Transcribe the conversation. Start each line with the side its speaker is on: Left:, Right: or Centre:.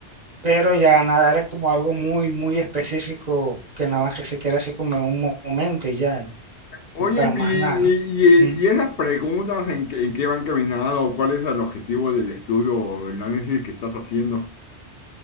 Right: pero ya nadar es como algo muy, muy específico que nada más que se quiere hacer como en un mo- momento y ya.
Left: Oye,
Right: para más
Left: y, y,
Right: nada, ¿no? Ujú.
Left: y- y esas preguntas en que, en qué van caminando, ¿cuál es el objetivo del estudio o el análisis que estás haciendo?